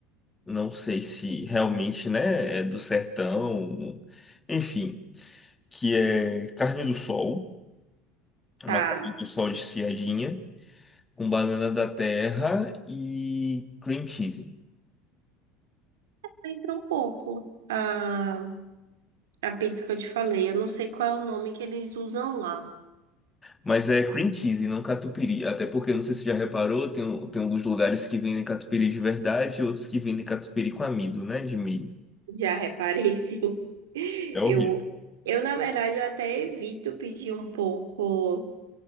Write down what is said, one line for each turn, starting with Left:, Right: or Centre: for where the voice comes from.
Left: Não sei se realmente, né, é do sertão, enfim, que é carne do sol, uma
Right: Tá,
Left: carne do sol desfiadinha, com banana da terra e cream cheese.
Right: lembra um pouco a, a pizza que eu te falei. Eu não sei qual é o nome que eles usam lá.
Left: Mas é cream cheese, não catupiry. Até porque, não sei se já reparou, tem, um- tem alguns lugares que vendem catupiry de verdade e outros que vendem catupiry com amido, né, de milho.
Right: Já reparei, sim. <laughs>
Left: É horrível.
Right: Eu, eu, na verdade, eu até evito pedir um pouco.